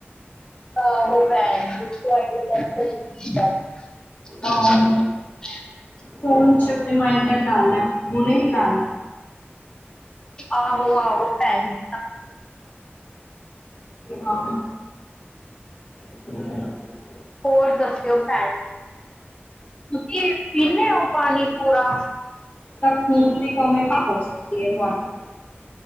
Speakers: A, on the left; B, on the left.
A: ਆਹ ਉਹ ਬੈਟਰੀ <unintelligible>
B: ਔਰ
A: <inaudible>
B: ਫੋਨ ਚ ਰੀਮਾਇੰਡਰ ਲਾਲੈ ਹੁਨੇ ਈ ਲਾਲੈ।
A: ਆਹੋ-ਆਹੋ, ਭੈਣ ਜੀ।
B: ਹਾਂ <inaudible>
A: ਹੋਰ ਦੱਸਿਓ ਭੈਣ, ਤੁਸੀ ਪੀਣੇ ਓ ਪਾਣੀ ਪੂਰਾ?
B: ਯਾਂ ਖੂਨ ਦੀ ਕਮੀ ਵੀ
A: ਆ-
B: ਹੋ ਸਕਦੀ ਏ ਤੁਆਨੂੰ?